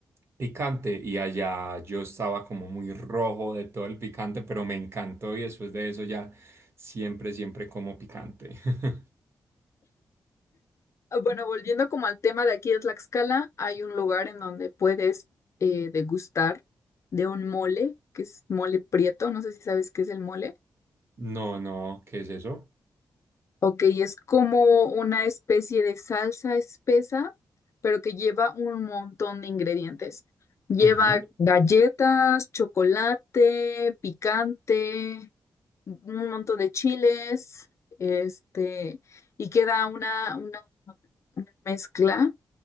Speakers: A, on the right (about 35°); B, on the left (about 45°).
A: picante y allá yo estaba como muy rojo de todo el picante, pero me encantó y después de eso ya siempre, siempre como picante. <laughs>
B: Ah, Bueno, volviendo como al tema de aquí de Tlaxcala, hay un lugar en donde puedes eh, degustar de un mole, que es mole prieto, no sé si sabes qué es el mole.
A: No, no, ¿qué es eso?
B: Ok, es como una especie de salsa espesa, pero que lleva un montón de ingredientes. Lleva
A: Ujú.
B: galletas, chocolate, picante, un montón de chiles, este, y queda una, una una mezcla.